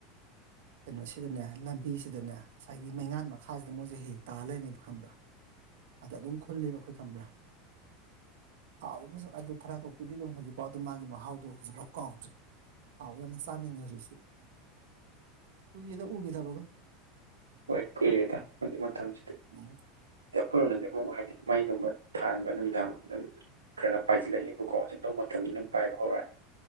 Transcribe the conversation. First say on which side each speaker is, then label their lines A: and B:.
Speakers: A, on the right (about 90°); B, on the right (about 65°).
A: <inaudible>
B: ꯀꯩꯅꯣꯁꯤꯗꯅꯦ ꯂꯝꯕꯤꯁꯤꯗꯅꯦ ꯉꯁꯥꯏꯒꯤ ꯃꯩꯉꯥꯟ ꯃꯈꯥꯁꯤꯗ ꯃꯣꯏꯁꯦ ꯍꯦꯛ ꯍꯦꯛ ꯇꯥ ꯂꯩꯃꯦꯕ ꯈꯪꯕ꯭ꯔꯥ ꯑꯗ ꯑꯗꯨꯝ ꯈꯨꯜꯂ‌ꯦꯕ ꯑꯩꯈꯣꯏ ꯈꯪꯕꯔ ꯍꯥꯎꯏ ꯑꯗꯨꯝ ꯊꯔꯥꯏ ꯀꯣꯛꯄꯤꯗꯤ ꯑꯗꯨꯝ ꯍꯧ ꯑꯗꯨ ꯃꯥꯒꯤ ꯃꯍꯥꯎꯗꯣ ꯍꯧꯖꯤꯛꯐꯥꯎ ꯀꯥꯎꯗ꯭ꯔꯤ ꯍꯥꯎꯏ ꯌꯥꯝꯅ ꯆꯥꯅꯤꯡꯉꯦ ꯍꯧꯖꯤꯛꯁꯨ ꯀꯨꯏꯔ‌ꯦꯗ ꯎꯈꯤꯗꯕꯒ
A: ꯍ‌ꯣꯏ ꯀꯨꯏꯔ‌ꯦꯗ ꯍꯧꯖꯤꯛ ꯃꯇꯝꯁꯤꯗꯤ
B: ꯎꯝ
A: ꯑꯩꯈꯣꯏ ꯂꯣꯝꯗꯗꯤ ꯑꯃꯨꯛ ꯍꯥꯏꯗꯤ ꯃꯩꯒꯨꯝꯕ ꯊꯤꯟꯕ ꯅꯨꯃꯤꯗꯥꯡꯒꯨꯝꯕ ꯑꯗꯨꯝ ꯈꯔ ꯄꯥꯏꯁꯤꯜꯂꯛꯑꯦꯕꯀꯣ ꯍꯧꯖꯤꯛ ꯂꯧ ꯃꯇꯝꯅꯤꯅ ꯄꯥꯏꯕ ꯍꯧꯔꯛꯑꯅꯤ